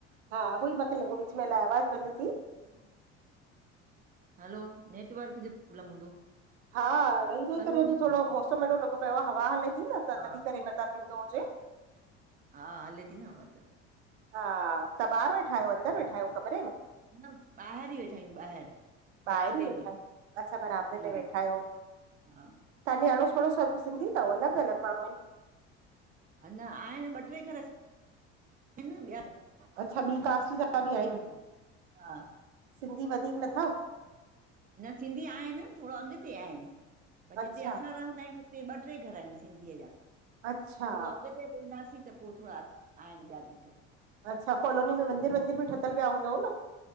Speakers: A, on the right; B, on the right.
A: हा उहो ई माखे लॻो विच में अलाए आवाज़ बंदि थी।
B: हम हलो, नेटवर्क जो प्रॉब्लम हूंदो।
A: हा रही रही
B: हलो
A: करे अॼु थोरो मौसम हेॾो लॻो पियो आहे हवा हले थी न त
B: हा
A: तॾीं करे मथां थींदो हुजे।
B: हा हले थी न हवा त।
A: हा तां ॿाहरि वेठा आहियो अंदरि वेठा आहियो कमरे में?
B: न ॿाहिरि ई वेठा आहियूं ॿाहिरि।
A: ॿाहिरि
B: विरांडे
A: ई वेठा
B: में
A: आहियो। अच्छा पर बरामदे
B: हम
A: में वेठा आहियो।
B: हा
A: तांखे अड़ोस पड़ोस सभ सिंधी थव अलॻि अलॻि माण्हू आहिन?
B: अञा आहिनि ॿ टे घर आहिन ॿिया
A: अच्छा ॿी कास्ट जा बि
B: घण‌ई।
A: आहिनि
B: हा।
A: सिंधी वधीक न थव?
B: न सिंधी आहिन थो‌ड़ो अॻिते आहिनि पर
A: अच्छा
B: जिते असां रहंदा आहियूं उते ॿ टे घर आहिनि सिंधीअ जा।
A: अच्छा।
B: थोरो अॻिते वेंदासीं त पो थोड़ा आहिनि ॿिया बि घर।
A: अच्छा कोलोनी मंदर वंदर बि ठतल पिया हूंदव न?